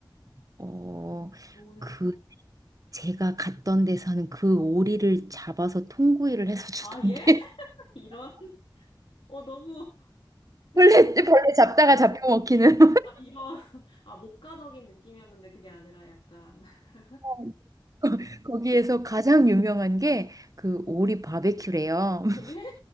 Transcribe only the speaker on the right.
어,
그 제가 갔던 데서는 그 오리를 잡아서 통구이를 해서 주던데.
<laughs>
벌레 벌레
잡다가 잡혀 먹히는.
<laughs> <laughs> 거기에서 가장 유명한 게 그 오리 바베큐래요. <laughs>